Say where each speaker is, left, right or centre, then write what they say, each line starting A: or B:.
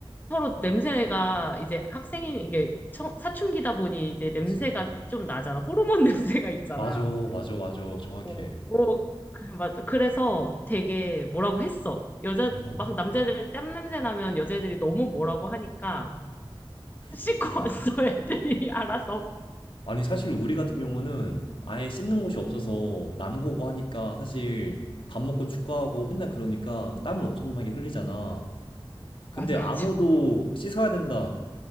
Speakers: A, on the left (about 20°); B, on the left (about 65°).
A: 서로 냄새가 이제 학생인 이게 청- 사춘기다 보니 이제 냄새가
B: 그치, 그치.
A: 좀 나잖아. 호르몬 <laughs> 냄새가 있잖아.
B: 맞아, 맞아, 맞아. 정확해.
A: 어, 어, 그- 맞아. 그래서 되게 뭐라고 했어. 여자,
B: 음.
A: 막 남자애들 땀 냄새 나면 여자애들이 너무 뭐라고 하니까 씻고
B: 그치.
A: <laughs> 왔어, 애들이 알아서.
B: 아니, 사실 우리 같은 경우는 아예 씻는 곳이 없어서 남고고 하니까 사실 밥 먹고 축구하고 맨날 그러니까 땀을 엄청나게 흘리잖아. 근데
A: 맞아,
B: 아무도
A: 맞아.
B: 씻어야 된다.